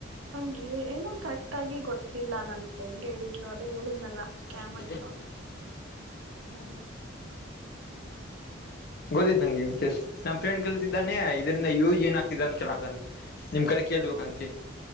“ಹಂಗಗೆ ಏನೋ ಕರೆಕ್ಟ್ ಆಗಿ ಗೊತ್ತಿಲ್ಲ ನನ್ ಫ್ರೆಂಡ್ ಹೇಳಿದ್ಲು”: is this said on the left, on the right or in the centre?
Right